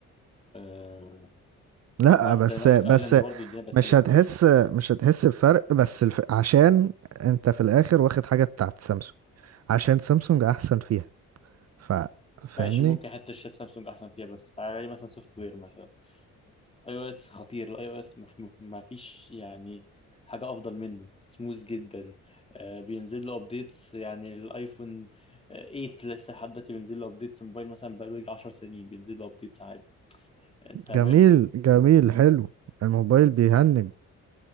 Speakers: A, on the left; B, on the right.
A: أه
B: لا
A: وبعد
B: بس
A: الديناميك
B: بس
A: ايلاند برضو الدنيا بقت
B: مش
A: حلوه
B: هتحس مش هتحس بفرق بس الف... عشان انت في الاخر واخد حاجة بتاعت سامسونج عشان سامسونج احسن فيها ف فاهمني
A: ماشي ممكن حتى الشاشة سامسونج احسن فيها بس تعالى لي مثلا سوفت وير مثلا اي او اس خطير الاي او اس ما في- ما فيش يعني حاجه افضل منه سموث جدا أه بينزل له ابديتس يعني الايفون آه، 8 لسه لحد دلوقتي بينزل له ابديتس موبايل مثلا بقاله يجي 10 سنين بينزل له ابديتس عادي انت ب...
B: جميل جميل حلو الموبايل بيهنج